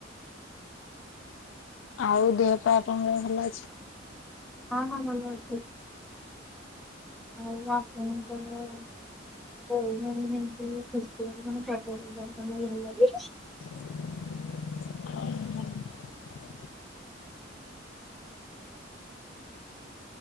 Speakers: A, on the left (about 80°); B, in the centre.
A: ଆଉ ଦେହ ପା ଆପଣଙ୍କର ଭଲ ଅଛି?
B: ହଁ ହଁ ଭଲ ଅଛି। ଆଉ ଆପଣଙ୍କର? ହମତି <unintelligible>
A: ହଁ <inaudible>